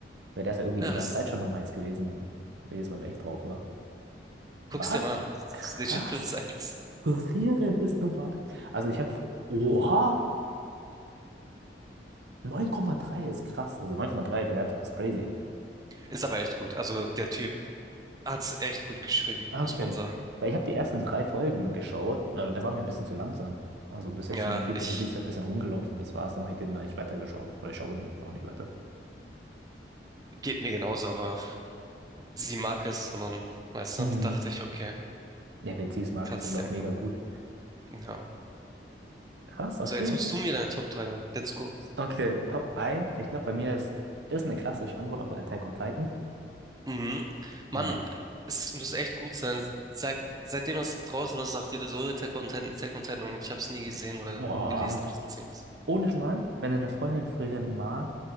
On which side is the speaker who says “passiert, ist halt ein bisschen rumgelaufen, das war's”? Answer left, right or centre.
Right